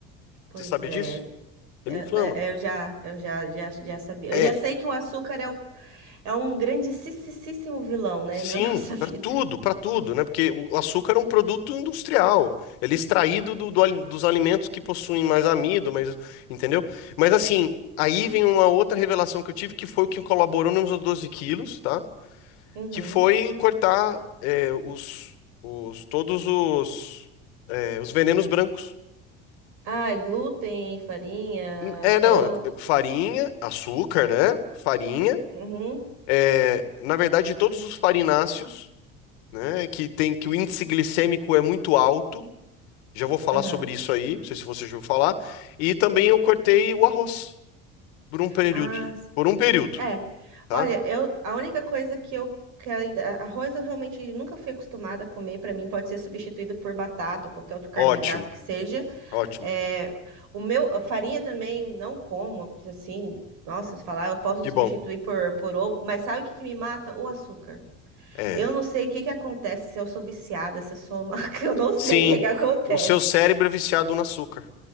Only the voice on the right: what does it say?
Pois
é.
É,
né, Eu já, eu já, já, já sabia.
Eu já sei que o açúcar é, o- é um grandissíssimo vilão, né,
<laughs> na nossa vida.
Uhum.
Ah, glúten, farinha,
pão.
assim.
Uhum.
Aham.
Uhum.
Ah, s-
é.
Olha, eu, a única coisa que eu que ainda, arroz eu realmente nunca fui acostumada a comer, Para mim pode ser substituído por batata ou qualquer outro carboidrato
que seja.
É, o meu, a farinha também não como, assim, nossa, se falar, eu posso
substituir
por, por ovo, mas sabe o que que me mata? O açúcar.
Eu não sei o que que acontece se eu sou viciada, se eu sou uma... <laughs> Eu não sei
o que que acontece.